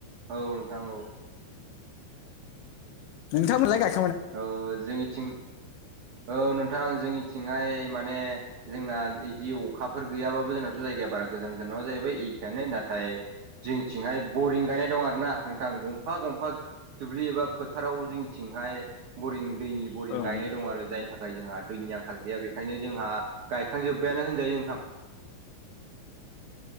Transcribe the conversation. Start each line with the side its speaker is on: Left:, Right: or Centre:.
Right: औ नोंथां। औ
Left: नोंथांमोनलाय गायखां
Right: औ जोंनिथिं औ नोंथां जोंनिथिंहाय माने जोंना इदि अखाफोर गैयाबाबो जोंनाथ' जायगाया बारा गोजान गोजान नङा जाहैबाय इखेयानो नाथाय जोंथिंहाय बरिं गायनाय दं आरो ना नोंथां। गंफा गंफा दुब्लि एबा फोथाराव जोंनिथिंहाय बरिं दैनि बरिं
Left: ओं
Right: गायनाय दं आरो। जायनि थाखाय जोंहा दैनि आंखाल गैया बेखायनो जोंहा गायखांजोब्बायानो होनजायो नोंथां।